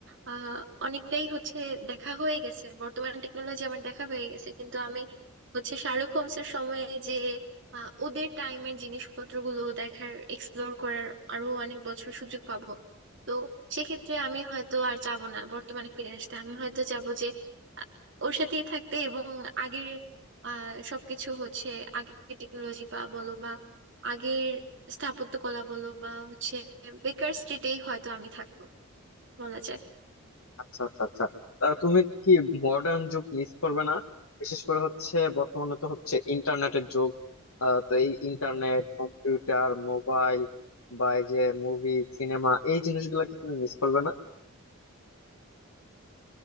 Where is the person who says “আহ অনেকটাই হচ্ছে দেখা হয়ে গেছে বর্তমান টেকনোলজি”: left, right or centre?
Right